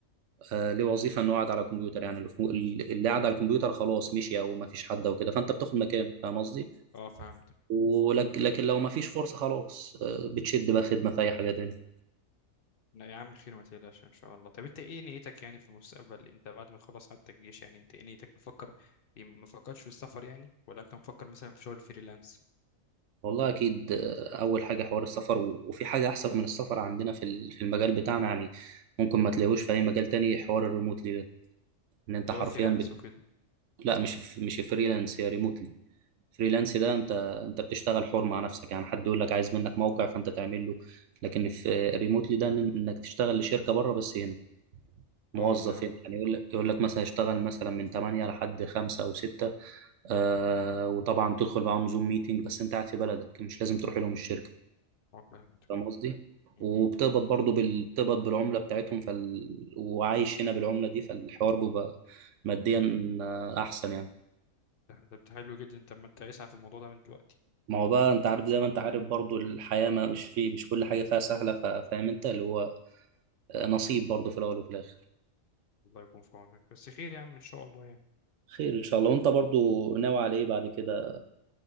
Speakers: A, on the right; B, on the left.
A: آه، ليه وظيفه انه قاعد على الكمبيوتر يعني اللي فوق- اللي قاعد على الكمبيوتر خلاص مشي او ما فيش حد وكده فانت بتاخد مكانه فاهم قصدي
B: اه فهمت
A: ولكن لكن لو ما فيش فرصه خلاص آه، بتشد بقى خدمه في اي حاجه تاني
B: لا يا عم خير ما تقلقش ان شاء الله طب انت ايه نيتك يعني في المستقبل انت بعد ما تخلص حتى الجيش يعني انت ايه نيتك مفكر إيه، ما فكرتش في السفر يعني ولا انت مفكر مثلا في شغل فريلانس
A: والله اكيد آه، اول حاجه حوار السفر و- وفي حاجه احسن من السفر عندنا في ال- في المجال بتاعنا يعني ممكن ما تلاقيهوش في اي مجال تاني حوار الريموتلي ده ان انت
B: اللي
A: حرفيا
B: هو الفريلانس
A: بت...
B: وكده
A: لا مش في... مش فريلانس هي ريموتلي فريلانس ده انت انت بتشتغل حر مع نفسك يعني حد يقول لك عايز منك موقع فانت تعمل له لكن في ريموتلي ده إن- انك تشتغل لشركه بره بس هنا موظف
B: اه فاهم
A: هنا يعني يقول لك يقول لك مثلا اشتغل مثلا من 8 لحد 5 او 6 آه وطبعا تدخل معاهم زوم ميتنج بس انت قاعد في بلدك مش لازم تروح لهم الشركه
B: اه فهمت
A: فاهم قصدي؟
B: م-
A: وبتقبض
B: م.
A: برضه بال... بتقبض بالعمله بتاعتهم فال... وعايش هنا بالعمله دي فالحوار بيبقى ماديا آه، احسن يعني
B: ده ده ده حلو جدا طب ما انت اسعى في الموضوع ده من دلوقتي
A: ما هو بقى انت عارف زي ما انت عارف برضو الحياة ما مش في مش كل حاجة فيها سهلة ف- فاهم انت اللي هو نصيب برضو في الأول وفي الآخر
B: الله يكون في عونك بس خير يا عم ان شاء الله يعني
A: خير إن شاء الله وانت برضو ناوي على ايه بعد كده